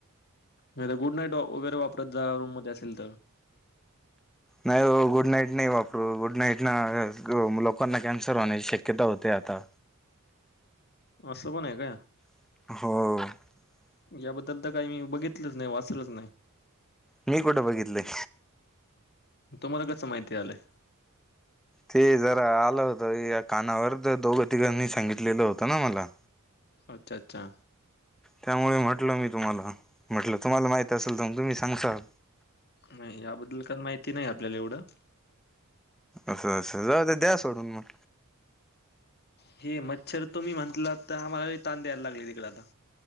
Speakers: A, on the left; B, in the centre.
A: नाही तर गुड नाईट वगैरे वापरत जा रूम मध्ये असेल तर,
B: नाही गुड नाईट नाही वापरू गुड नाईट ना लोकांना कॅन्सर होण्याची शक्यता होते. आता
A: असं पण आहे का?
B: हो.. <inaudible>
A: याबद्दल तर काही मी बघितलंच नाही, वाचलच नाही.
B: मी कुठं बघितलंय?
A: तुम्हाला कस माहिती? आलंय
B: ते जरा आलं होत या कानावर तर दोघं, तिघांनी सांगितलेलं होतं ना मला.
A: अच्छा अच्छा
B: त्यामुळे म्हटल मी तुम्हाला म्हटलं तुम्हाला माहित असेल तर मग तुम्ही सांसल
A: नाही याबद्दल काण माहिती नाही आपल्याला एवढं
B: असं असं जाऊ ते द्या सोडून मग
A: हे मच्छर तुम्ही म्हणटला तर आम्हाला ताण द्यायला लागले तिकडे आता